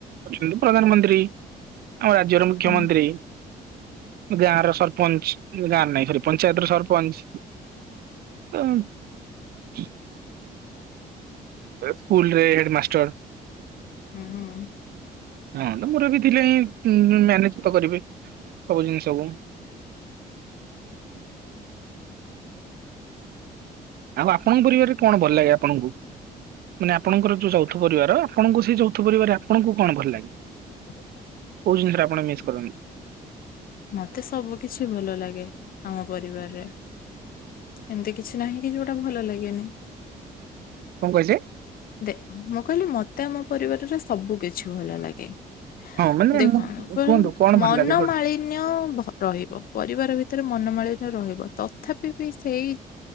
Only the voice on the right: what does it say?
ଅଛନ୍ତି ପ୍ରଧାନମନ୍ତ୍ରୀ। ଆମ ରାଜ୍ୟର ମୁଖ୍ୟମନ୍ତ୍ରୀ
ଗାଁ ର ସରପଞ୍ଚ ଗାଁରେ ନାହିଁ ସରି ପଞ୍ଚାୟତ ର ସରପଞ୍ଚ। ହୁଁ ଏ ସ୍କୁଲ୍ ରେ ହେଡ ମାଷ୍ଟର
ହଁ। ମୋର ବି ଥିଲା ଏଇ <unintelligible> ମ୍ୟାନେଜ୍। ମୁକ୍ତ କରିବି ସବୁ ଜିନିଷକୁ। ଆଉ ଆପଣଙ୍କ ପରିବାରରେ କଣ ଭଲ ଲାଗେ ଆପଣଙ୍କୁ? ମାନେ ଆପଣଙ୍କର ଯୋଉ ଯୌଥ ପରିବାର ଆପଣଙ୍କୁ ସେଇ ଯୌଥ ପରିବାରରେ ଆପଣଙ୍କୁ କଣ ଭଲ ଲାଗେ?
କୋଉ ଜିନିଷରେ ଆପଣ ମିସ୍ କରନ୍ତି
କଣ କହିଲେ
ହଁ। ମାନେ
ମୁଁ କୁହନ୍ତୁ କଣ
ଭଲ ଲାଗେ ଯୋ